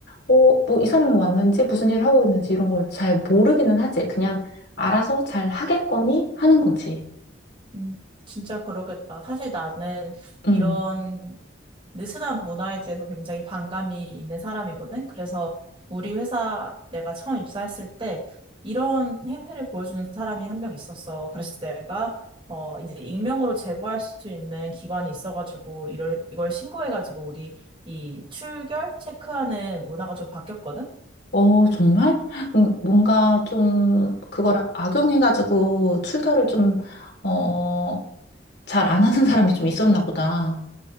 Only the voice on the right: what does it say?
음, 진짜 그러겠다. 사실 나는
이런 느슨한 문화에 대해서 굉장히 반감이 있는 사람이거든. 그래서 우리 회사 내가 처음 입사했을 때 이런 행태를 보여주는 사람이 한 명 있었어. 그래서 내가 어 이제 익명으로 제보할 수 있는 기관이 있어가지고 이걸 이걸 신고해가지고 우리 이 출결 체크하는 문화가 좀 바뀌었거든.